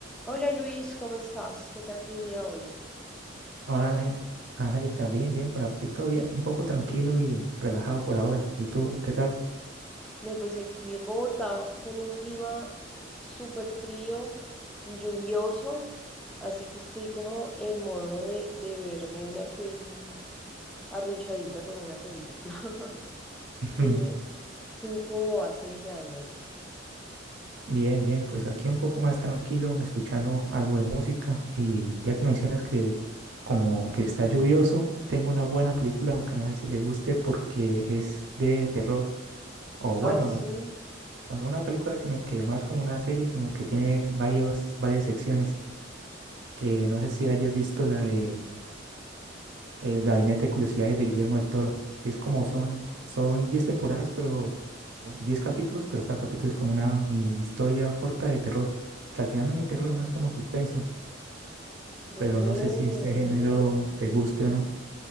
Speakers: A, in the centre; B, on the right.
A: Hola Luis, ¿cómo estás? ¿Qué tal tu día hoy?
B: Hola, Ángel- Angélica, bien, bien, por aquí todo bien, un poco tranquilo y relajado por ahora. ¿Y tú, qué tal?
A: No, pues aquí en Bogotá con un clima súper frío y lluvioso, así que estoy como en modo de, de verme una peli arrunchadita con una cobija. <laughs>
B: <laughs>
A: ¿Qué- ¿Tú cómo vas? ¿En qué andas?
B: Bien, bien, pues aquí un poco más tranquilo, escuchando algo de música. Y ya que mencionas que como que está lluvioso, tengo una buena película, aunque no sé si le guste porque es de terror. O bueno,
A: Ah, sí.
B: o no una película, sino que más como una serie, sino que tiene varios, varias secciones. Que no sé si hayas visto la de El Gabinete de Curiosidades de Guillermo del Toro, que es como son, son 10 temporadas, pero o 10 capítulos, pero cada capítulo es como una mini historia corta de terror, que al final no es
A: Guau,
B: ni terror, es más como suspenso,
A: tremendo.
B: pero no sé si este género te guste o no.